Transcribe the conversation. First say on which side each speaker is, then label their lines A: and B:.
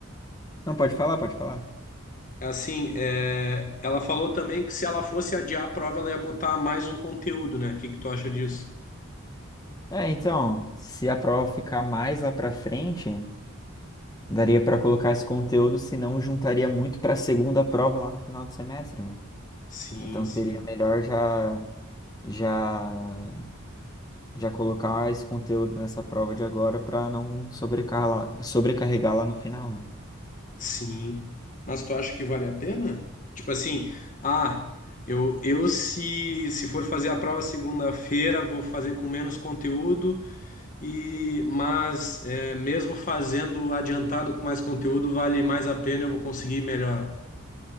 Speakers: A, on the left (about 15°); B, on the left (about 40°).
A: Não, pode falar, pode falar.
B: É Assim, é, ela falou também que se ela fosse adiar a prova, ela ia botar mais um conteúdo, né? O que que tu acha disso?
A: É, então, se a prova ficar mais lá pra frente, daria pra colocar esse conteúdo, senão juntaria muito pra segunda prova lá no final de semestre, né?
B: Sim,
A: Então
B: sim.
A: seria melhor já já já colocar esse conteúdo nessa prova de agora pra não sobrecarregar, sobrecarregar lá no final, né?
B: Sim. Mas tu acha que vale a pena? Tipo assim, ah, eu, eu se, se for fazer a prova segunda-feira, vou fazer com menos conteúdo, e mas é, mesmo fazendo adiantado com mais conteúdo, vale mais a pena, eu vou conseguir melhor.